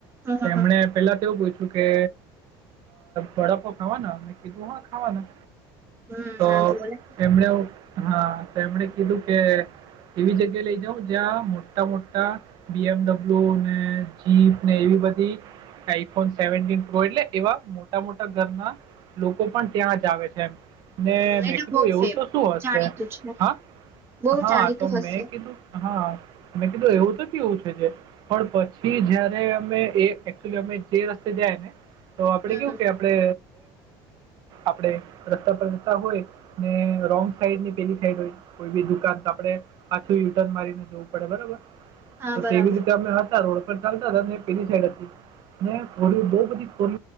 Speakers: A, on the right (about 25°); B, on the right (about 45°).
A: હમ હમ
B: એમને પેલા તોવું પું તો કે બડકો ખાવાના કીધું હ ખાવાના
A: હમ
B: તો
A: ના બોલે
B: એમણે હા તો એમણે કીધું કે એવી જગ્યા લઈ જાઉ જ્યાં મોટા મોટા બી એમડબલ્યુ ને જીપ ને એવી બધી આઈફોન સેવ પ્રો એટલે એવા મોટા મોટા ઘરના લોકો પણ ત્યાં જ આવે છે એ ને
A: હમ,
B: મેં
A: એટલે
B: કીધું
A: બઉ
B: એવું
A: ફેમ
B: તો શું હશે
A: જાણીતું છે
B: હા
A: બહુ
B: હા
A: જાણીતું
B: તો
A: હશે
B: મેં કીધું હા મેં કીધું એવું તો કેવું છે જે પણ પછી જયારે અમે એચુલી અમે જે રસ્તે જાય ને તો આપડે
A: હમ
B: કેવું
A: હમ
B: કે આપડે આપડે રસ્તા પર રસ્તા હોય ને રોંગ સાઈડ ની પેલી સાઈડ હોય કોઈ બી દુકાન તો આપડે પાછુંટર્ન મારીને પડે બરોબર
A: હા બરાબર
B: તેવી રીતે અમમે હતા રોડ ચાલતા હતા પેલી સાઈડ હતી ને થોડી બહ બધી થો